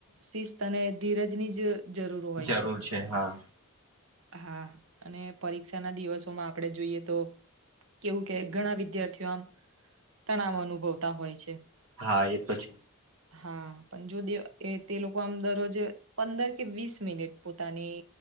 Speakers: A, on the right; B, on the right.
A: શિસ્ત અને ધીરજની જ જરૂર હોય
B: જરૂર છે હા.
A: હા અને પરીક્ષા ના દિવસોમાં આપ આપડણે જોઈએ તો, કેવું કે ઘણા વિદ્યાર્થીઓ આમ તણાવ અનુભવતા હોય છે.
B: હા એ તો છે.
A: હા પણ જો દે તે લોકો આમ દરરોજ પંદર કે વીસ મિનિટ પોતાની